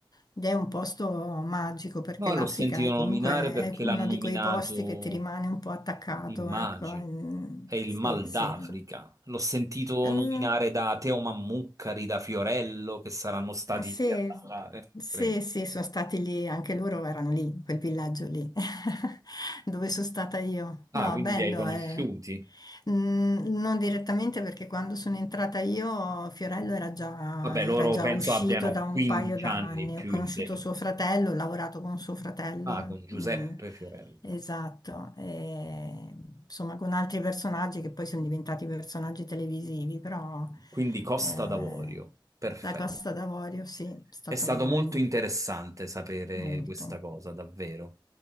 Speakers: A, on the left; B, on the right.
A: ed è un posto magico perché
B: No,
A: l'Africa
B: l'ho sentito
A: è
B: nominare
A: comunque è
B: perché
A: uno
B: l'hanno nominato,
A: di quei posti che ti rimane un po' attaccato,
B: immagino,
A: ecco. Mm,
B: è il
A: Sì,
B: Mal
A: sì.
B: d'Africa. L'ho sentito
A: Mm,
B: nominare da Teo Mammuccari, da Fiorello, che saranno stati
A: Sì,
B: lì a lavorare,
A: sì,
B: credo.
A: sì, sono stati lì, anche loro erano lì, in quel villaggio lì, <laughs> dove sono stata io.
B: Ah,
A: No,
B: quindi
A: bello,
B: li hai conosciuti?
A: eh. Mm, non direttamente perché quando sono entrata io Fiorello era già,
B: Vabbè, loro
A: era già
B: penso
A: uscito
B: abbiano
A: da
B: 15
A: un paio d'anni,
B: anni più
A: ho conosciuto
B: in pieno.
A: suo fratello, ho lavorato con suo fratello,
B: Ah, con Giuseppe
A: mm,
B: Fiorello.
A: esatto, e, insomma con altri personaggi che poi sono diventati personaggi televisivi, però...
B: Quindi Costa
A: eh,
B: d'Avorio, perfetto.
A: la Costa d'Avorio, sì, è stato
B: È stato molto interessante sapere
A: molto.
B: questa cosa, davvero.